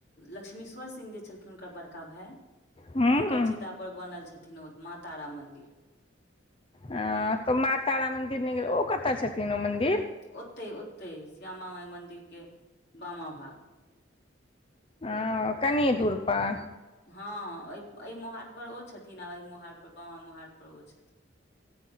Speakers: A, on the left (about 55°); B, on the left (about 25°).
A: लक्ष्मीश्वर सिंह जे छलखिन हुनकर बड़का भाई
B: हूँ
A: हुनकर
B: हूँ
A: चित ओइ पर बनल छथिन ओ माँ तारा मंदिर
B: ह तऽ माँ तारा मन्दिर नहि गेलै ओ कतय छथिन ओ मन्दिर
A: ओते ओते श्यामा माइ मंन्दिर के बामा भाग
B: ओ कनि दूर‌ पर
A: हँ अइ मोहाड़ पर ओ छथिन आ अइ मोहड़ पर बामा मोहड़ पर ओ छथिन